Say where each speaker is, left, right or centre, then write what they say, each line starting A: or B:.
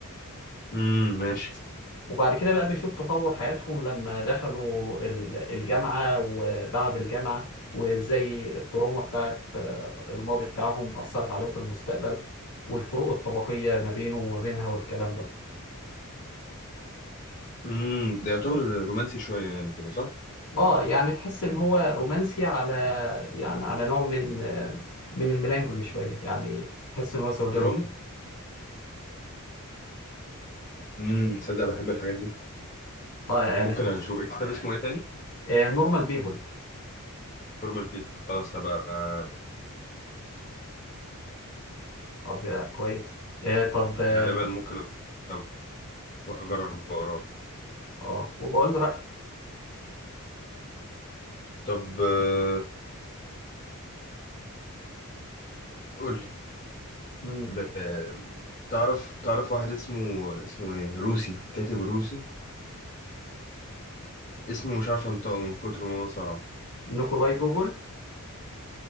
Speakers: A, on the left; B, on the left.
A: امم ماشي
B: وبعد كده بقى بيشوف تطور حياتهم لما دخلوا ال- الجامعة وبعد الجامعة وازاي التروما بتاعت آه، الماضي بتاعهم أثرت عليهم في المستقبل والفروق الطبقية ما بينه وما بينها والكلام ده
A: امم ده يعتبر رومانسي شويه يعني كده صح
B: اه يعني تحس ان هو رومانسي على يعني على نوع من آه، من الميلانكولي شوية يعني تحس ان هو سوداوي
A: دراما
B: شوية
A: امم تصدق بحب الحاجات دي
B: اه يعني
A: ممكن اشوف كتاب اسمه ايه تاني
B: نورمال بيبول
A: فورمال بيبل خلاص هبقى
B: طب آه، كويس آه، طب اه
A: غالبا ممكن أبقى اجرب اقراه
B: آه، وبقول له رأيك
A: طب آه، قول لي
B: مم.
A: ب- تعرف تعرف واحد اسمه اسمه ايه روسي كاتب روسي اسمه مش عارف انطقه من كتر ما هو صعب
B: نيكولاي جوجل